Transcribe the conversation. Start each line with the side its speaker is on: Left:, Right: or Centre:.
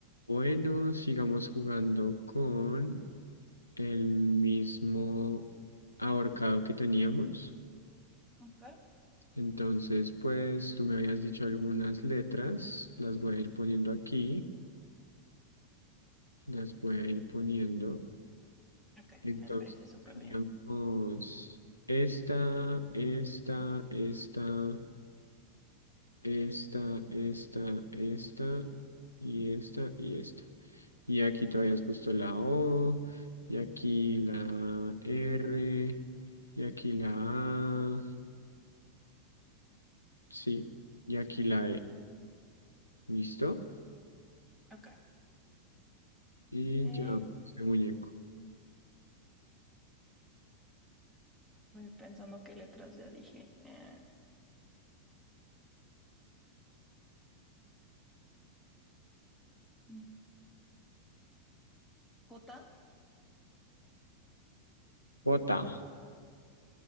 Left: Bueno, sigamos jugando con el mismo ahorcado que teníamos.
Centre: Ok,
Left: Entonces, pues tú me habías dicho algunas letras, las voy a ir poniendo aquí, las voy a ir poniendo.
Centre: ok,
Left: Entonces,
Centre: me parece súper
Left: teníamos
Centre: bien.
Left: esta, esta, esta, esta, esta, esta y esta y esta. Y aquí tú habías puesto la O, y aquí la R, y aquí la A, sí, y aquí la E. ¿Listo?
Centre: Ok,
Left: Y
Centre: eh,
Left: ya, este muñeco.
Centre: voy pensando qué letras ya dije. Eh, mm, J.
Left: J,